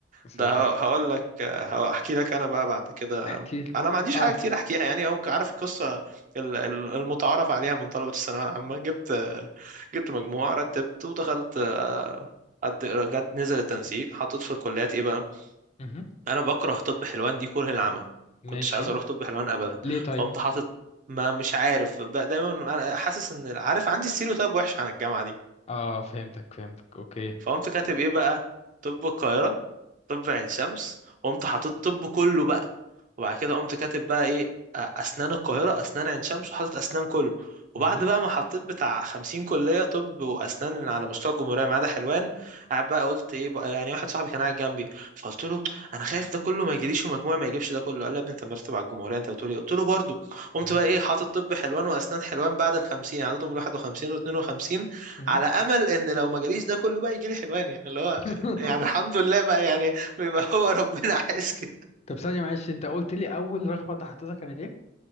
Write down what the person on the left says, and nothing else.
مساتر
احكي لي
اه
مهم.
ماشي
ليه طيب
اه فهمتك فهمتك اوكي
مهم.
مهم.
مهم.
<laughs>
طب ثانية معلش انت قلت لي اول رغبة انت حطيتها كانت ايه